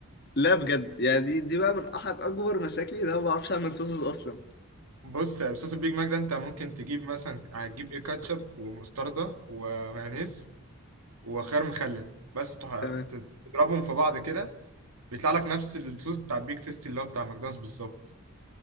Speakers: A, on the left; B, on the right.
A: لا بجد يعني دي دي بقى من احد اكبر مشاكلي ان انا ما بعرفش اعمل صوصز اصلا
B: بص صوص البيج ماك ده انت ممكن تجيب مثلا هتجيب ايه كاتشب ومستردة ومايونيز وخيار مخلل بس تح-
A: تمام
B: ت- تضربهم في بعض كده بيطلع لك نفس الصوص بتاع البيك تيستي اللي هو بتاع ماكدونالدز بالظبط